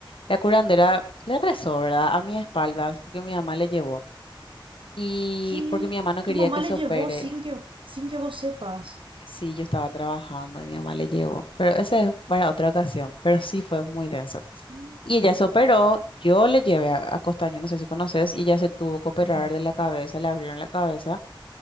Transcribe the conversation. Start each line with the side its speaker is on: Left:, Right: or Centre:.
Left: La curandera le rezó, ¿verdad? A mis espaldas, porque mi mamá le llevó. Y
Right: ¿Qué?
Left: porque mi mamá no quería
Right: Tu mamá
Left: que
Right: le
Left: se
Right: llevó
Left: opere.
Right: sin que, sin que vos sepas.
Left: Sí, yo estaba trabajando y mi mamá le llevó. Pero esa es para otra ocasión. Pero sí fue muy denso.
Right: No.
Left: Y ella se operó, yo le llevé a, a Costaño, no sé si conoces, y ella se tuvo que operar
Right: Ujú.
Left: de la cabeza, le abrieron la cabeza